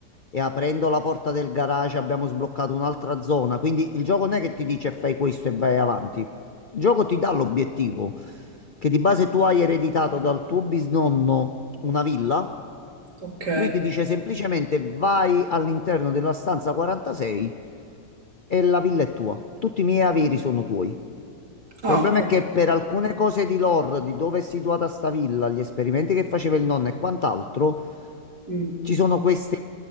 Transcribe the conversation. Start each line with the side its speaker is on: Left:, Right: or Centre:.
Left: e aprendo la porta del garage abbiamo sbloccato un'altra zona. Quindi il gioco non è che ti dice fai questo e vai avanti. Il gioco ti dà l'obiettivo, che di base tu hai ereditato dal tuo bisnonno una villa.
Right: Ok.
Left: Lui ti dice semplicemente vai all'interno della stanza 46 e la villa è tua. Tutti i miei averi sono tuoi. Il
Right: Ah,
Left: problema
Right: beh,
Left: è che per alcune cose di lore, di dove è situata sta villa, gli esperimenti che faceva il nonno e quant'altro,
Right: mm,
Left: ci sono queste